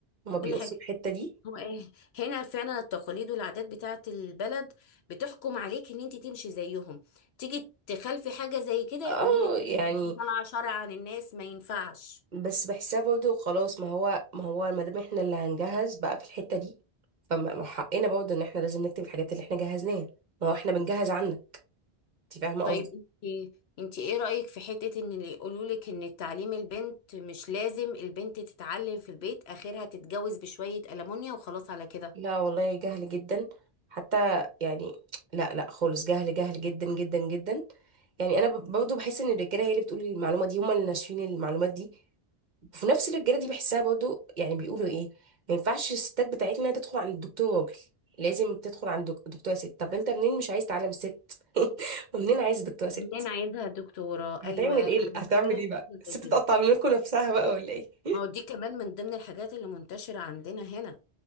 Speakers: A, on the right (about 50°); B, on the left (about 75°).
A: هما بيقصوا
B: كل حاجة
A: الحتة دي
B: هو ايه هنا فعلا التقاليد والعادات بتاعت البلد بتحكم عليك ان انت تمشي زيهم تيجي تخالفي حاجة زي كده يقولوا
A: اه
B: لك
A: يعني
B: انت طالعة شرع عن الناس ما ينفعش
A: بس بحسها برضه خلاص ما هو ما هو ما دام احنا اللي هنجهز بقى في الحتة دي فما ما حقنا برضه ان احنا لازم نكتب الحاجات اللي احنا جهزناها ما هو احنا بنجهز عنك انت فاهمة
B: طيب
A: قصدي
B: انت انت ايه رأيك في حتة ان اللي يقولوا لك ان تعليم البنت مش لازم البنت تتعلم في البيت اخرها تتجوز بشوية ألمونيا وخلاص على كده
A: لا والله جهل جدا حتى يعني لا لا خالص جهل جهل جدا جدا جدا يعني انا برضه بحس ان الرجاله هي اللي بتقول المعلومة دي هم اللي ناشفين المعلومات دي وفي نفس الرجاله دي بحسها برضو يعني بيقولوا ايه ما ينفعش الستات بتاعتنا تدخل عند الدكتور راجل لازم تدخل عند دك- دكتوره ست طب انت منين مش عايز تعلم ست <laughs> ومنين عايز دكتوره ست
B: منين عايزها دكتورة
A: هتعمل
B: ايوه انا
A: ايه
B: بتكلم
A: هتعمل ايه
B: في
A: بقى
B: حاجة
A: الست
B: زي
A: تقطع
B: كده
A: منكم نفسها بقى ولا ايه <laughs>
B: ما هو دي كمان من ضمن الحاجات اللي منتشرة عندنا هنا